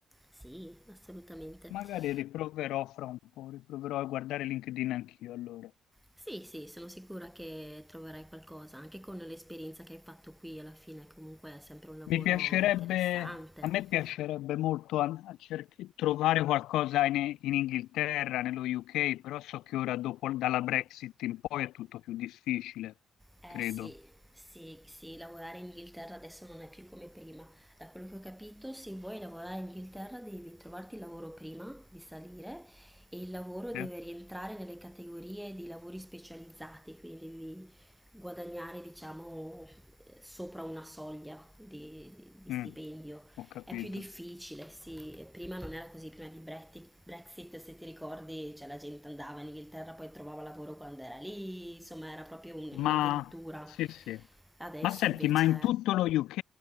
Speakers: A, in the centre; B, on the left (about 80°).
A: Sì, assolutamente.
B: Magari riproverò fra un po', riproverò a guardare LinkedIn anch'io allora.
A: Sì, sì, sono sicura che troverai qualcosa, anche con l'esperienza che hai fatto qui alla fine, comunque è sempre un lavoro
B: Mi piacerebbe,
A: interessante.
B: a me piacerebbe molto an- a cerch- trovare qualcosa in, in Inghilterra, nello UK, però so che ora dopo, dalla Brexit in poi è tutto più difficile,
A: Eh
B: credo.
A: sì, sì, sì, lavorare in Inghilterra adesso non è più come prima. Da quello che ho capito, se vuoi lavorare in Inghilterra devi trovarti il lavoro prima di salire e il lavoro deve
B: Eh?
A: rientrare nelle categorie di lavori specializzati, quindi devi guadagnare, diciamo, eh, sopra una soglia di, di- di
B: Mm,
A: stipendio.
B: ho capito.
A: È più difficile, sì. E Prima non era così, prima di Brexit, Brexit, se ti ricordi, cioè, la gente andava in Inghilterra, poi trovava lavoro quando era lì, insomma era proprio un-
B: Ma
A: un'avventura.
B: sì, sì.
A: Adesso
B: Ma senti,
A: invece
B: ma in tutto lo UK,